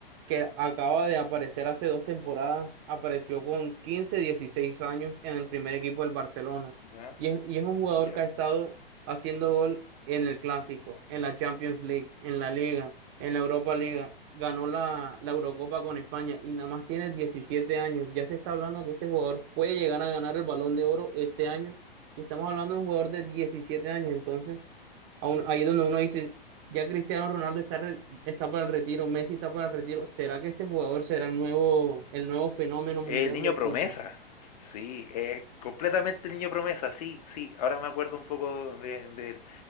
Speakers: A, on the right (about 25°); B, on the left (about 45°).
A: que acaba de aparecer hace dos temporadas, apareció con 15, 16 años en el primer equipo del Barcelona
B: Ya,
A: y es, y es un jugador
B: ya.
A: que ha estado haciendo gol en el Clásico, en la Champions League, en la Liga, en la Europa Liga, ganó la, la Eurocopa con España y nada más tiene diecisiete años, ya se está hablando que este jugador puede llegar a ganar el Balón de Oro este año y estamos hablando de un jugador de 17 años, entonces aún- ahí es donde uno dice ya Cristiano Ronaldo está, re- está para el retiro, Messi está para el retiro. ¿Será que este jugador será el nuevo, el nuevo fenómeno mundial
B: El niño
A: del
B: promesa.
A: fútbol?
B: Sí, es completamente el niño promesa, sí, sí, ahora me acuerdo un poco de, de él.